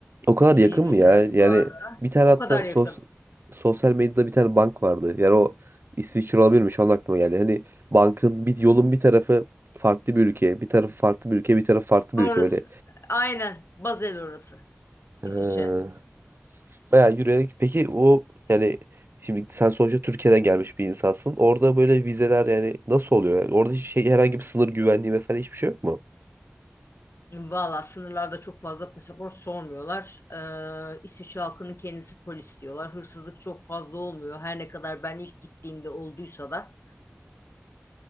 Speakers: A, on the right; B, on the left.
A: O kadar
B: 120
A: yakın mı ya?
B: lira
A: Yani
B: civarında.
A: bir tane
B: O
A: hatta
B: kadar yakın.
A: sos, sosyal medyada bir tane bank vardı. Yani o İsviçre olabilir mi? Şu an aklıma geldi. Hani bankın bir yolun bir tarafı farklı bir ülke, bir tarafı farklı bir ülke, bir tarafı farklı
B: Orası.
A: bir ülke böyle.
B: Aynen. Basel orası.
A: Ha.
B: İsviçre.
A: Bayağı yürüyerek. Peki o yani şimdi sen sonuçta Türkiye'den gelmiş bir insansın. Orada böyle vizeler yani nasıl oluyor? Yani orada hiç şey herhangi bir sınır güvenliği vesaire hiçbir şey yok mu?
B: Valla sınırlarda çok fazla pasaport sormuyorlar. Ee, İsviçre halkının kendisi polis diyorlar. Hırsızlık çok fazla olmuyor. Her ne kadar ben ilk gittiğimde olduysa da.